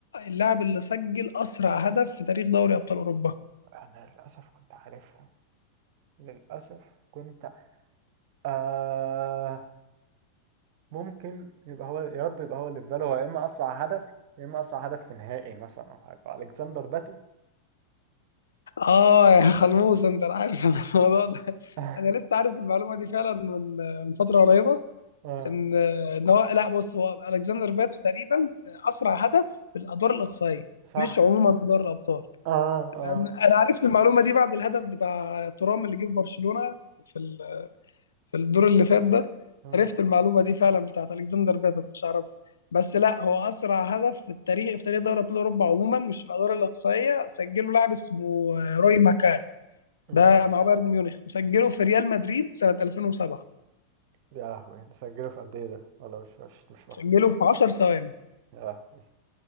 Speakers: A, on the left; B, on the right.
A: اللاعب اللي سجل اسرع هدف في تاريخ دوري ابطال اوروبا
B: أنا للأسف كنت عارفها للأسف كنت آه ممكن يبقى هو يا رب يبقى هو اللي في باله هو يا اما اسرع هدف يا اما اسرع هدف في نهائي مثلا او حاجه الكسندر باتو
A: اه يا خلموس انت عارف أنا الموضوع ده
B: <laughs>
A: انا لسه عارف المعلومه دي فعلا من آه، من فتره قريبه
B: اه
A: ان ان هو لا بص هو الكسندر باتو تقريبا اسرع هدف في الادوار الاقصائيه
B: صح
A: مش عموما في دوري الابطال
B: اه
A: انا
B: اه
A: أنا عرفت المعلومه دي بعد الهدف بتاع ترام اللي جه في برشلونه في ال- في الدور اللي فات ده
B: مم،
A: عرفت المعلومه دي فعلا بتاعت الكسندر باتو كنتش اعرفها بس لا هو اسرع هدف في التاريخ في تاريخ دوري ابطال اوروبا عموما مش في الادوار الاقصائيه سجله لاعب اسمه روي ماكاي
B: مم.
A: ده مع بايرن ميونخ وسجله في ريال مدريد سنه 2007
B: يا لهوي ده سجله في قد ايه ده ولا مش مش مش مكتوب
A: سجله في 10 ثواني
B: يا لهوي